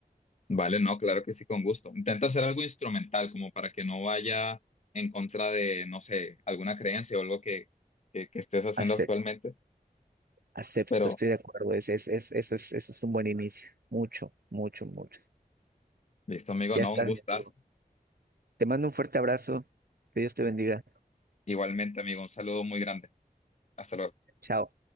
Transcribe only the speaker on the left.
vale, no, claro que sí, con gusto. Intenta hacer algo instrumental, como para que no vaya en contra de, no sé, alguna creencia o algo que, que, que estés haciendo
actualmente,
pero
listo, amigo,
no,
un gustazo.
Igualmente, amigo, un saludo muy grande. Hasta luego.